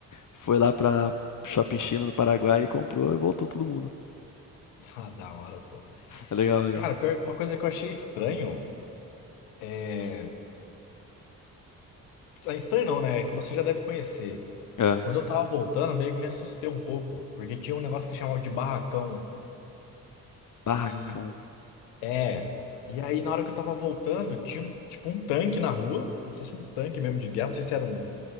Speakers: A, on the left; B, on the left.
A: foi lá pra Shopping China no Paraguai e comprou e voltou todo mundo.
B: <laughs> ah, da hora, pô.
A: É legal, legal.
B: Cara, pior- uma coisa que eu achei estranho é. ah, Estranho não, né? É que você já deve conhecer.
A: É,
B: Quando eu tava voltando, meio que me assustei um pouco, porque tinha um negócio que chamava de barracão.
A: barracão.
B: E. É. E aí, na hora que eu tava voltando, tinha um, tipo um tanque na rua, como se fosse um tanque mesmo de guerra. Não sei se era um.